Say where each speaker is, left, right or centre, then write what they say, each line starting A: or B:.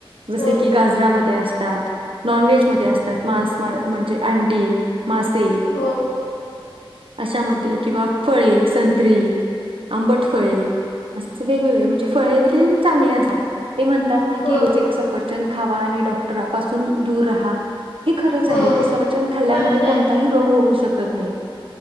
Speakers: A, on the right; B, on the left.
A: जसे
B: हो
A: की गाजरामध्ये अस असतात नॉनव्हेज मध्ये असतात मांस म म्हणजे आं डी अ मासे
B: हो
A: अशामध्ये किंवा फळे संत्री आंबट फळे अस वेगवेगळे म्हणजे फळे देखील चांगले असतात. ते म्हणतात ना
B: हो
A: की रोज एक सफर चंद खावा आणि डॉक्टरापासून दूर राहा. हे खरंच
B: हो
A: आहे की सफ चंद खाल्ल्यामुळे
B: खरंच आहे
A: कोणताही रोग होऊ शक कत नाही.